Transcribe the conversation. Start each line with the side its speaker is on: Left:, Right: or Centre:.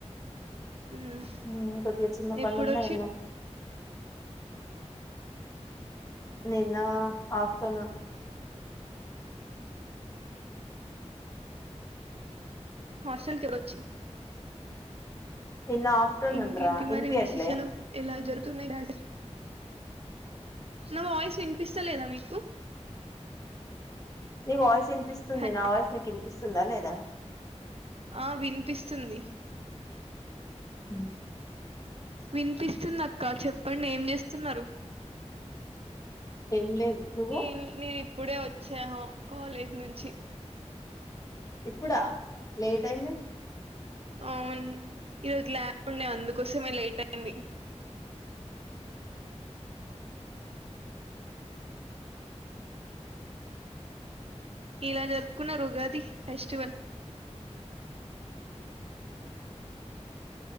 Right: ఉమ్,
Left: ఉమ్ కొద్దిగా చిన్న పనుండే
Right: ఎప్పుడు వచ్చి
Left: ఎల్లినం నిన్న ఆ ఆఫ్టర్నూన్
Right: హాస్టల్కి ఎప్పుడొచ్చావు
Left: నిన్న ఆఫ్టర్నూన్
Right: ఇంకేంటి
Left: రా
Right: మరి
Left: వినిపియట్లే
Right: విశేషాలు ఎలా జర్ తునాయి క్లాసెస్ నా వాయిస్ వినిపిస్తలేదా మీకు
Left: నీ వాయిస్ ఇన్ నిపిస్తుంది
Right: హ-
Left: నా వాయిస్ నీకినిపిస్తుందా లేదా
Right: ఆ వినిపిస్తుంది
Left: ఉమ్
Right: వినిపిస్తుంది అక్క చెప్పండి ఏం చేస్తున్నారు
Left: ఏం లేదు నువ్వు
Right: నే నేన్ ఇప్పుడే వచ్చాను కాలేజ్ నుంచి
Left: ఇప్పుడా లేట్ అయింది
Right: అవున్ ఈరోజు ల్యాబ్ ఉండే అందుకోసమే లేట్ అయింది ఇలా జరుపుకున్నారు ఉగాది ఫెస్టివల్